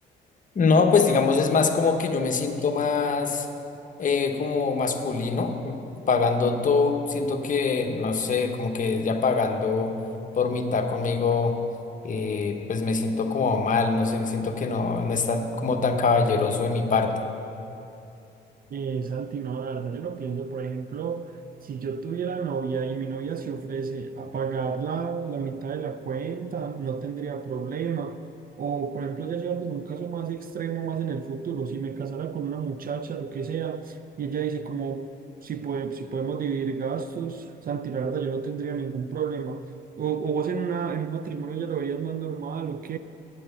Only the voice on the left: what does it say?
No, pues digamos es más como que yo me siento más eh, como masculino, pagando todo, siento que, no sé, como que ya pagando por mitad conmigo, eh, pues me siento como mal, no sé, siento que no, no está como tan caballeroso de mi parte.